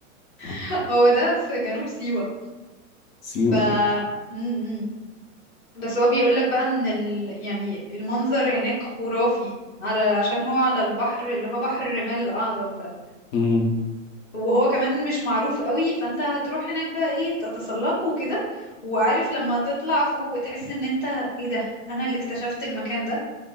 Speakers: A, on the left; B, on the left.
A: <laughs>
B: <laughs> هو ده في جنوب سيوه
A: سيوة
B: ف م-م. بس هو بيقول لك بقى ان ال... يعني المنظر هناك خرافي على عشان هو على البحر اللي هو بحر الرمال الاعظم ده
A: مم.
B: وهو كمان مش معروف قوي فانت هتروح هناك بقى ايه تتسلقه وكده وعارف لما تطلع فوق وتحس ان انت ايه ده انا اللي اكتشفت المكان ده